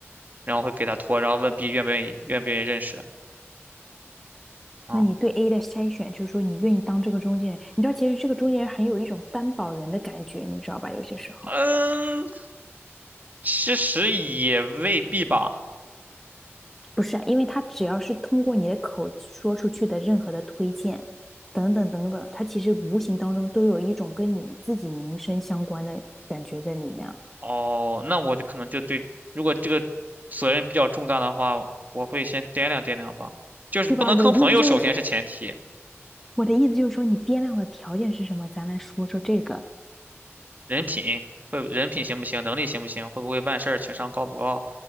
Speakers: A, on the right (about 35°); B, in the centre.
A: 然后会给他托，然后问 B 愿不愿意愿不愿意认识啊。
B: 那你对 A 的筛选，就是说你愿意当这个中间人，你知道，其实这个中间人很有一种担保人的感觉，你知道吧？有些时候
A: 嗯，其实也未必吧。
B: 不是啊因为他只要是通过你的口说出去的任何的推荐，等等等等，他其实无形当中都有一种跟你自己名声相关的感觉在里面了，
A: 哦，那我就可能就对，如果这个责任比较重大的话，我会先掂量掂量吧。就是不能坑朋友，
B: 对吧？我意思就是说，
A: 首先是前提，
B: 我的意思就是说，你掂量的条件是什么？咱来说说这个。
A: 人品会人品行不行，能力行不行，会不会办事儿，情商高不高。